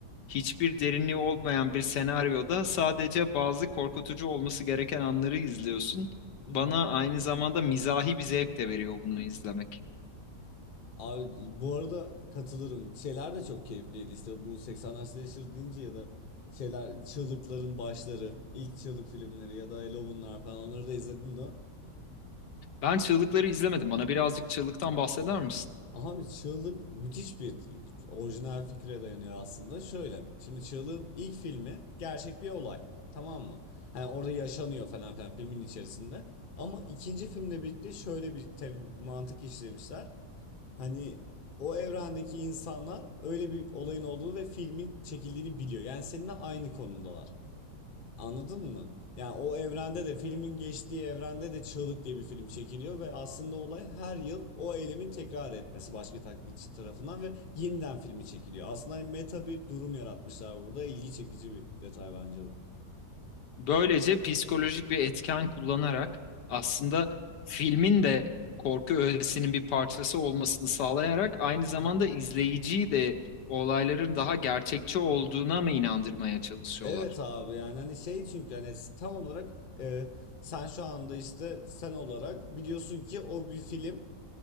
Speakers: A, on the left; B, on the left.
A: hiçbir derinliği olmayan bir senaryoda sadece bazı korkutucu olması gereken anları izliyorsun.
B: <laughs>
A: Bana aynı zamanda mizahi bir zevk de veriyor bunu izlemek.
B: Abi bu arada katılırım. Şeyler de çok keyifliydi. İşte bu 80'ler slasher deyince ya da şeyler çığlıkların başları, ilk çığlık filmleri ya da Halloween'lar falan onları da izledim de.
A: Ben çığlıkları izlemedim. Bana birazcık çığlıktan bahseder misin?
B: Abi çığlık müthiş bir orijinal fikre dayanıyor aslında. Şöyle. Şimdi çığlığın ilk filmi gerçek bir olay. Tamam mı? Hani orada yaşanıyor falan filan filmin içerisinde. Ama ikinci filmle birlikte şöyle bir te- mantık işlemişler. Hani o evrendeki insanlar öyle bir olayın olduğunu ve filmin çekildiğini biliyor. Yani seninle aynı konumdalar. Anladın mı? Yani o evrende de filmin geçtiği evrende de Çığlık diye bir film çekiliyor ve aslında olay her yıl o eylemin tekrar etmesi başka taklitçi tarafından ve yeniden filmi çekiliyor. Aslında hani meta bir durum yaratmışlar burada. İlgi çekici bir detay bence bu.
A: Böylece psikolojik bir etken kullanarak aslında filmin de korku öğesinin bir parçası olmasını sağlayarak aynı zamanda
B: <laughs>
A: izleyiciyi de olayların daha gerçekçi olduğuna mı inandırmaya çalışıyorlar?
B: Evet abi yani hani şey çünkü hani tam olarak e, sen şu anda işte sen olarak biliyorsun ki o bir film